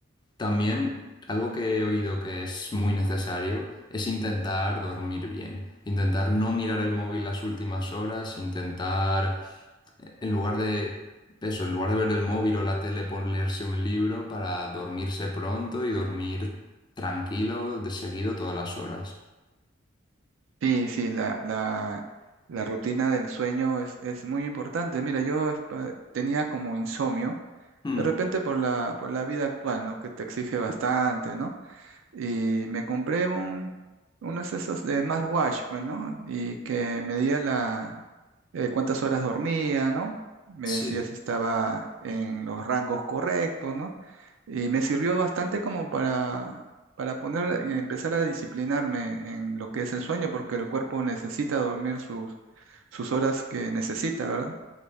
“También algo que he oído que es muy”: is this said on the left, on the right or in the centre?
Left